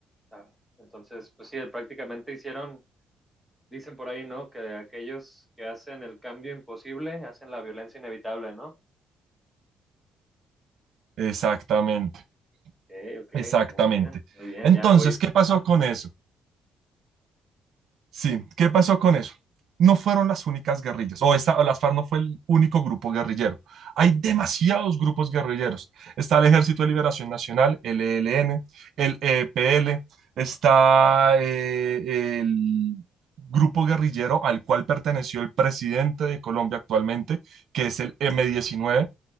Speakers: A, in the centre; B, on the right (about 70°).
A: claro. Entonces, pues sí, prácticamente hicieron, dicen por ahí, ¿no? Que aquellos que hacen el cambio imposible hacen la violencia inevitable, ¿no?
B: Exactamente,
A: Ok, ok,
B: exactamente.
A: muy bien, muy bien,
B: Entonces,
A: ya voy.
B: ¿qué pasó
A: Ajá,
B: con eso? Sí, ¿qué pasó
A: sí,
B: con eso? No fueron las únicas guerrillas, o, esta, o las FARC no fue el único grupo guerrillero. Hay demasiados grupos guerrilleros. Está el Ejército de Liberación Nacional, el ELN, el EPL, está eh, el grupo guerrillero al cual perteneció el presidente de Colombia actualmente, que es el M-19,